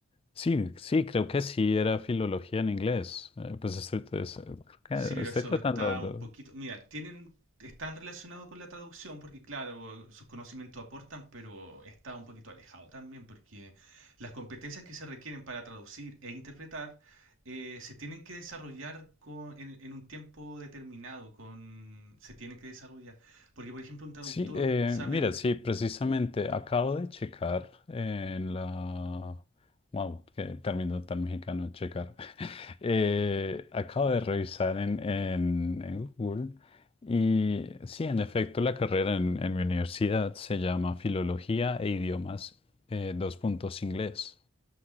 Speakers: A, on the left (about 25°); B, on the right (about 65°).
A: sí, sí, creo que sí era filología en inglés. Eh, pues estoy, es- creo
B: Sí, pero
A: que estoy
B: eso
A: tratando
B: está
A: de...
B: un poquito. Mira, tienen, están relacionados con la traducción porque, claro, sus conocimientos aportan, pero está un poquito alejado también porque las competencias que se requieren para traducir e interpretar eh, se tienen que desarrollar con- en, en un tiempo determinado. Con, se tienen que desarrollar. Porque, por ejemplo, un traductor
A: Sí, eh,
B: sabe
A: mira,
B: lo
A: sí,
B: que.
A: precisamente acabo de checar en la... Wow, qué término tan mexicano, checar. <laughs> Eh, acabo de revisar en, en, en Google y sí, en efecto, la carrera en, en mi universidad se llama Filología e Idiomas eh, dos puntos inglés.